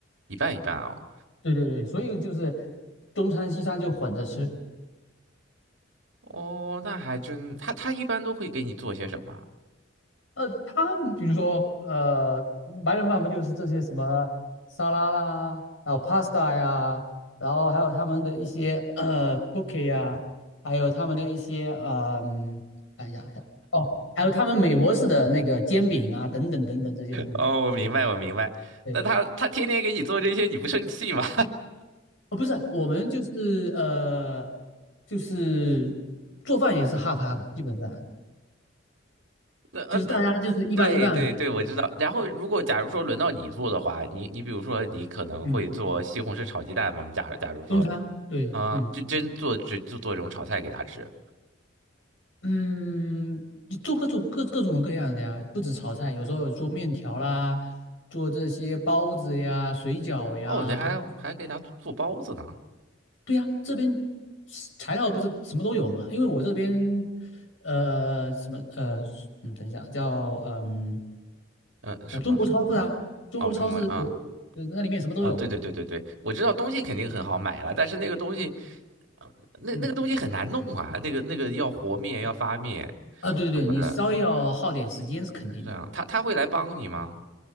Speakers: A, on the right (about 80°); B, on the left (about 85°).
A: 一半一半哦。
B: 对对对，所以就是中餐西餐就混着吃。
A: 哦，那还真，他他一般都会给你做些什么啊
B: 呃，他们比如说呃，白人饭不就是这些什么沙拉啦，然后 pasta 呀，然后还有他们的一些呃 cookie 呀，还有他们的一些呃，嗯看一下，哦，还有他们美国式的那个煎饼啊，等等等等这些东西。
A: 哦，我明白，我明白。
B: 对对，
A: 那他他天天给你做这些，你不生气吗？
B: 哦，不是，我们就是呃，就是做饭也是 half half，基本上
A: <laughs> 那嗯那，
B: 就是大家就是一半一半。
A: 对对对，我知道。然后如果假如说轮到你做的话，你你比如说你可能会做西红柿炒鸡蛋嘛？
B: 嗯。
A: 假假如说，
B: 中餐，对，
A: 嗯、
B: 嗯
A: 就真做只就做这种炒菜给他吃。
B: 嗯，你做各种各各种各样的呀，不止炒菜，有时候有做面条啦，做这些包子呀、水饺呀，
A: 哦，你还还给他做包子呢。
B: 对呀，这边是材料不是什么都有嘛？因为我这边呃什么呃嗯，等一下叫嗯
A: 嗯、什么？
B: 呃中国超市啊，中国超市
A: 哦，中文啊
B: 呃那里面什么都有，
A: 啊，对对对对对，我知道东西肯定很好买了，但是那个东西那那个东西很难弄啊，
B: 嗯
A: 那个那个要和面要发面
B: 啊对对对，
A: 什么的，
B: 你稍微要耗点时间是肯定的，
A: 这样他他会来帮你吗？